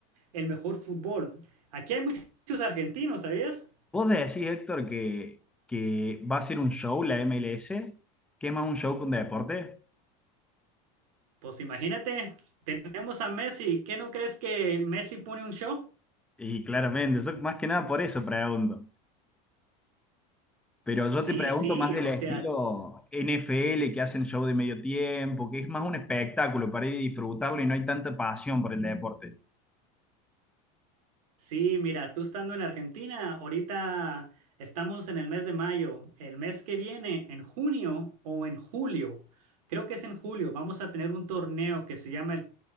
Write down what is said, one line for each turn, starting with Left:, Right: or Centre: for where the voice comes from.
Right: el mejor fútbol. Aquí hay muchos argentinos, ¿sabías?
Centre: ¿Vos decís, Héctor, que, que va a ser un show la MLS? ¿Que es más un show que un deporte?
Right: Pues imagínate, tenemos a Messi. ¿Qué no crees que Messi pone un show?
Centre: Y claramente, yo más que nada por eso pregunto. Pero yo
Right: Sí,
Centre: te pregunto
Right: sí,
Centre: más del
Right: o
Centre: estilo
Right: sea, t-
Centre: NFL que hacen show de medio tiempo, que es más un espectáculo para ir y disfrutarlo y no hay tanta pasión por el deporte.
Right: sí, mira, tú estando en Argentina, ahorita estamos en el mes de mayo. El mes que viene, en junio o en julio, creo que es en julio, vamos a tener un torneo que se llama el,